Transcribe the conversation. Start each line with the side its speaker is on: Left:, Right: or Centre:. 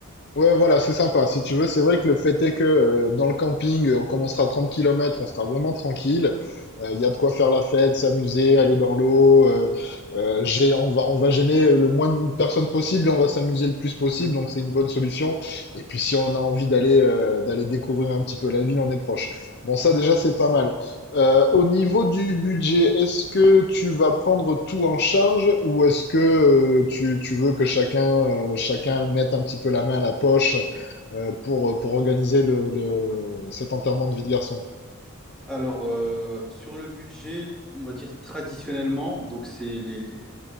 Left: Ouais, voilà, c'est sympa. Si tu veux, c'est vrai que le fait est que euh, dans le camping, euh, comme on sera à 30 kilomètres, on sera vraiment tranquille. Euh, Il y a de quoi faire la fête, s'amuser, aller dans l'eau. euh, euh, gê- on va, on va gêner le moins de personnes possible et on va s'amuser le plus possible.
Centre: Mm.
Left: Donc c'est une bonne solution. Et puis si on a envie d'aller euh, d'aller découvrir un petit peu la ville, on est proche. Bon, ça déjà, c'est pas mal. Euh, au niveau du budget, est-ce que tu vas prendre tout en charge ou est-ce que euh, tu, tu veux que chacun, euh, chacun mette un petit peu la main à la poche euh, pour, pour organiser le, le, cet enterrement de vie de garçon?
Centre: Alors, euh, sur le budget, on va dire traditionnellement, donc c'est les, les-